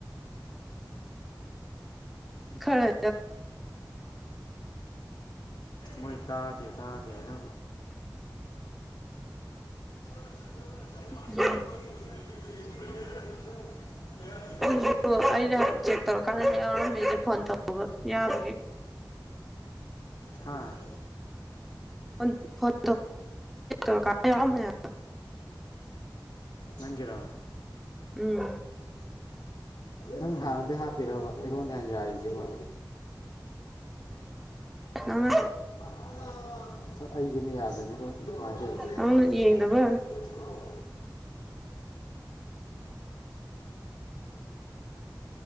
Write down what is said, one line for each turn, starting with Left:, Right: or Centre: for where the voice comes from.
Centre: ꯈꯔ
Left: ꯃꯣꯏ ꯇꯗꯦ ꯇꯗꯤ ꯍꯥꯏꯅ <unintelligible>
Centre: ꯎꯝ ꯑꯩꯁꯨ ꯑꯩꯅ ꯆꯦꯛ ꯇꯧꯔꯀꯥꯟꯗ ꯌꯥꯎꯔꯝꯃꯦꯗꯤ ꯐꯣꯟ ꯇꯧꯕ ꯌꯥꯕꯒꯤꯦ
Left: ꯍꯥꯥ
Centre: ꯐꯣꯟ ꯐꯣꯟ ꯃ ꯀ ꯌꯥꯝ ꯃ
Left: ꯅꯪꯖꯔꯥ
Centre: ꯎꯝ
Left: ꯅꯪ ꯍꯥꯟꯅꯗꯤ ꯍꯥꯞꯄꯤꯔꯕ ꯑꯩꯉꯣꯟꯗ ꯍ ꯌꯥꯔꯤꯁꯤꯕ
Centre: ꯅꯃ
Left: ꯑꯗ ꯑꯩꯒꯤꯅ ꯌꯥꯗꯣꯏꯦꯅꯤ ꯀꯃꯥꯏꯅ ꯇꯧꯅꯣ
Centre: ꯅꯪꯅ ꯌꯦꯡꯗꯕ